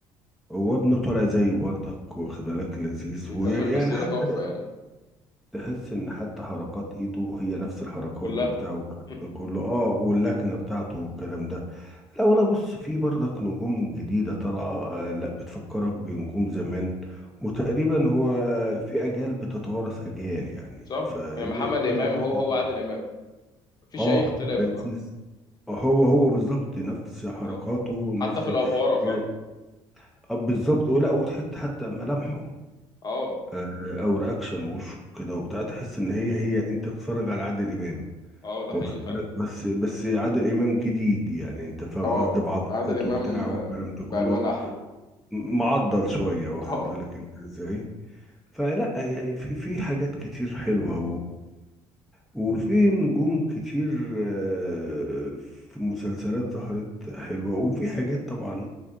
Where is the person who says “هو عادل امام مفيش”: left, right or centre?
Left